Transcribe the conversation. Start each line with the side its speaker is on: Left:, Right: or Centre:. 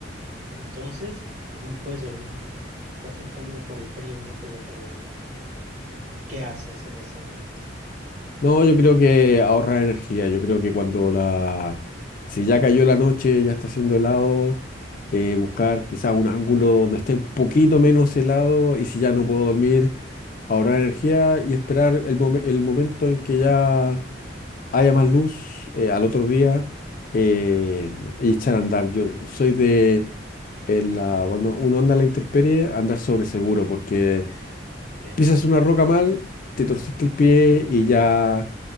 Right: Entonces, no puedes dormir. Estás incómodo por el frío, no te deja dormir. ¿Qué haces en ese momento?
Left: No, yo creo que ahorrar energía, yo creo que cuando la... Si ya cayó la noche, ya está haciendo helado. eh, buscar quizá un ángulo donde esté un poquito menos helado y si ya no puedo dormir, ahorrar energía y esperar el, momen- el momento en que ya haya más luz eh, al otro día eh, y echar a andar. Yo soy de en la, cuando uno anda a la intemperie, andar sobre seguro porque
Right: Muy bien.
Left: pisas una roca mal, te torciste el pie
Right: Eh,
Left: y ya,